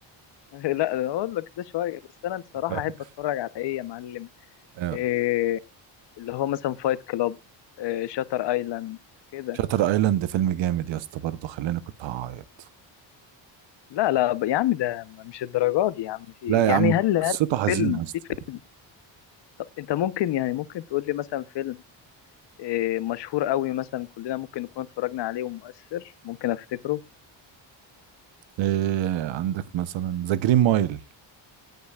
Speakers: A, on the left; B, on the right.
A: <laughs> لا انا اقول لك ده شوية بس انا الصراحة
B: <laughs>
A: احب اتفرج على ايه يا معلم
B: آه.
A: إيه اللي هو مثلا فايت كلاب إيه شاتر ايلاند كده
B: شاتر ايلاند فيلم جامد يا اسطى برضو خلاني كنت هعيط
A: لا لا ب- يا عم ده مش الدرجات دي يا عم في
B: لا يا
A: يعني
B: عم
A: هل هل
B: قصته حزينه
A: فيلم
B: يا اسطى
A: في فيلم طب انت ممكن يعني ممكن تقول لي مثلا فيلم إيه مشهور قوي مثلا كلنا ممكن نكون اتفرجنا عليه ومؤثر ممكن افتكره
B: إيه عندك مثلا ذا جرين مايل